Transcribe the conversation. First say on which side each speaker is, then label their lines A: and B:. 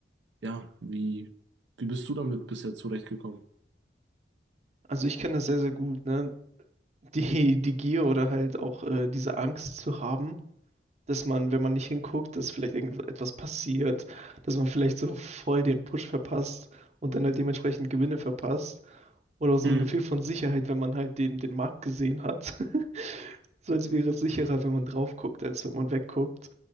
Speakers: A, on the right; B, on the right.
A: ja, wie, wie bist du damit bisher zurechtgekommen?
B: Also ich kenne das sehr, sehr gut, ne? Die, die Gier oder halt auch äh, diese Angst zu haben, dass man, wenn man nicht hinguckt, dass vielleicht irgendetwas passiert, dass man vielleicht so voll den Push verpasst und dann halt dementsprechend Gewinne verpasst. Oder auch so
A: Hm.
B: ein Gefühl von Sicherheit, wenn man halt den, den Markt gesehen hat. <laughs> So als wäre es sicherer, wenn man drauf guckt, als wenn man wegguckt.